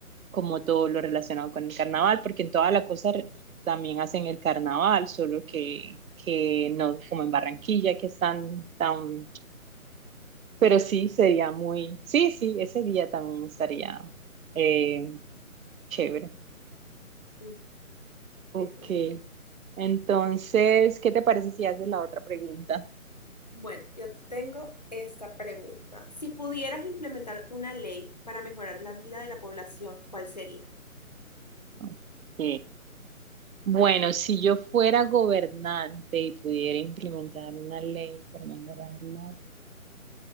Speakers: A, on the right; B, on the left.
A: como todo lo relacionado con el carnaval, porque en toda la costa re- también hacen el carnaval, solo que, que no como en Barranquilla, que están tan... Pero sí, sería muy... Sí, sí, ese día también estaría eh, chévere.
B: Mm,
A: Ok.
B: Sí, total.
A: Entonces, ¿qué te parece si haces la otra pregunta?
B: Bueno, yo tengo esta pregunta. Si pudieras implementar una ley para mejorar la vida de la población, ¿cuál sería?
A: Ok. Bueno, si yo fuera gobernante y pudiera implementar una ley para mejorarla,